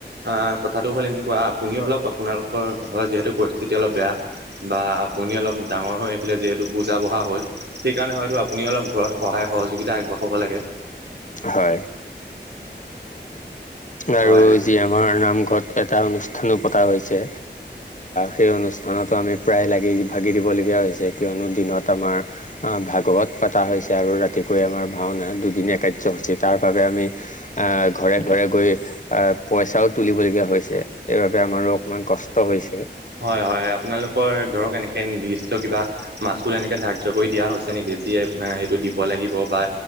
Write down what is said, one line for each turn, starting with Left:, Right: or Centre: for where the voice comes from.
Right: অ কথাটো হ'ল এনেকুৱা আপুনিও অলপ আপোনালোকৰ ঘৰৰ যিহেতু পৰিস্থিতি অলপ বেয়া বা আপুনি অলপ ডাঙৰ হৈ আহিলে যিহেতু বুজা বঢ়া হ'ল সেইকাৰণে হয়তো আপুনি অলপ ঘৰত সহায় সহযোগিতা আগবঢ়াব লাগে
Left: হয় আৰু
Right: হয়
Left: যি আমাৰ নামঘৰত এটা অনুষ্ঠানো পতা হৈছে সেই অনুষ্ঠানতো আমি প্ৰায় লাগি ভাগি দিবলগীয়া হৈছে কিয়নো দিনত আমাৰ ভাগৱত পতা হৈছে আৰু ৰাতিকৈ আমাৰ ভাওনা দুদিনীয়া কাৰ্যসূচী তাৰ বাবে আমি <unintelligible> ঘৰে ঘৰে গৈ আহ পইচাও তুলিবলগীয়া হৈছে সেইবাবে আমাৰো অকনমান কষ্ট হৈছে
Right: হয় হয় আপোনালোকৰ ধৰক এনেকে নিৰ্দিষ্ট কিবা মাছুল এনেকে ধাৰ্য কৰি দিয়া হৈছে নেকি বিয়ে এইটো দিব লাগিব বা